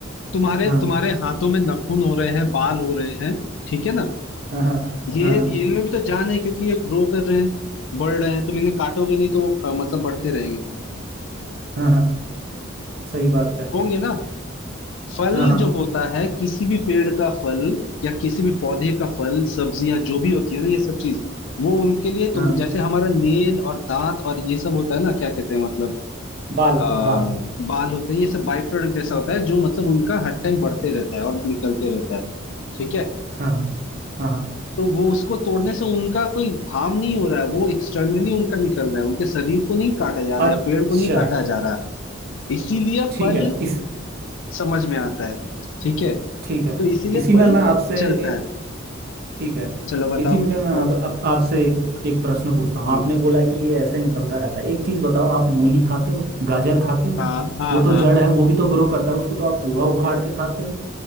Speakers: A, on the left; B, on the right.
A: तुम्हारे
B: हाँ
A: तुम्हारे हाथों में नाखून हो रहे हैं बाल हो रहे हैं ठीक है ना
B: हाँ हाँ
A: ये
B: हाँ हाँ
A: ये इनमें भी तो जान है क्योंकि ये ग्रो कर रहे हैं बढ़ रहे हैं तुम इन्हें काटोगे नहीं तो वो अ, मतलब बढ़ते रहेंगे
B: हाँ हाँ सही बात है
A: होंगे ना फल
B: हाँ हाँ
A: जो होता है किसी भी पेड़ का फल या किसी भी पौधे का फल सब्जियां जो भी होती है ना ये सब चीज वो उनके लिए
B: हाँ
A: तुम जैसे हमारा नेल और दांत और ये सब होता है ना क्या कहते हैं मतलब
B: बाल
A: आ,
B: बाल
A: बाल होते हैं ये सब बाई प्रोडक्ट जैसा होता है जो मतलब उनका हर टाइम बढ़ते रहता है और निकलते रहता है ठीक है
B: हाँ हाँ हाँ हाँ
A: तो वो उसको तोड़ने से उनका कोई हार्म नहीं हो रहा है वो एक्सटर्नली उनका निकल रहा है उनके शरीर को नहीं काटा जा रहा है
B: अच्छा
A: या पेड़ को नहीं काटा जा रहा है इसीलिए
B: ठीक
A: फल
B: है इस
A: समझ में आता है ठीक है तो
B: ठीक है
A: इसीलिए
B: इसी में
A: फल
B: मैं आपसे
A: चलता
B: ए-
A: है
B: ठीक है
A: चलो बताओ
B: इसी में मैं अब
A: हाँ
B: अब आपसे एक, एक प्रश्न पूछता हूँ
A: हम्म
B: आपने बोला कि ये ऐसे निकलता रहता है एक चीज बताओ आप मूली खाते हो गाजर खाते हो
A: हाँ हाँ
B: वो
A: हाँ
B: तो जड़ है वो भी तो ग्रो करता है उसको तो आप पूरा उखाड़ के खाते हो